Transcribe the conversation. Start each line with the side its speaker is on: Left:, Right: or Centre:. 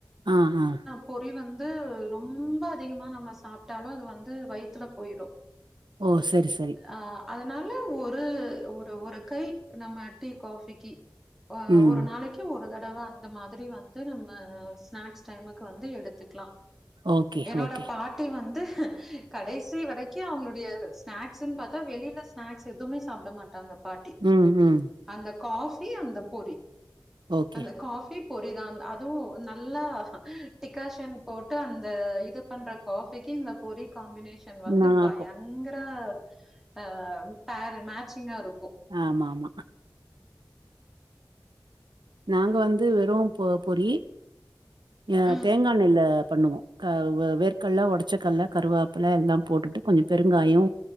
Right: ஆ ஆ
Centre: பொரி வந்து ரொம்ப அதிகமா நம்ம சாப்ட்டாலு அது வந்து வயித்துல போயிரு.
Right: ஓ செரி செரி.
Centre: ஆ அதனால ஒரு ஒரு ஒரு கை நம்ம டீ காஃபிக்கி அ
Right: ம்
Centre: ஒரு நாளைக்கி உ ஒரு தடவ அந்த மாதிரி வந்து நம்ம ஸ்நாக்ஸ் டைமுக்கு வந்து எடுத்துக்லா.
Right: ஓகே
Centre: என்னோட
Right: ஓகே
Centre: பாட்டி வந்து கடைசி வரைக்கு அவுங்ளுடைய ஸ்நாக்ஸ்ன் பாத்தா வெளில ஸ்நாக்ஸு எதுமே சாப்ட மாட்டாங்க பாட்டி.
Right: ம் ம்.
Centre: அந்த காஃபி அந்த பொரி.
Right: ஓகே
Centre: அந்த காஃபி பொரிதான் அதுவு நல்லா டிக்காஷன் போட்டு அந்த இது பண்ற காஃபிக்கு இந்த பொரிக் காம்பினேஷன் வந்து
Right: நல்லாருக்கும்
Centre: பயங்கர அ பேர் மேச்சிங்காருக்கு.
Right: ஆமா ஆமா. நாங்க வந்து வெரும் பொ பொரி அ
Centre: ஆ
Right: தேங்கா எண்ணைல பண்ணுவோ. க வ வேர்க்கல்ல ஒடச்சக்கல்ல கருவேப்புல எல்லாம் போட்டுட்டு கொஞ்சோ பெருங்காயோ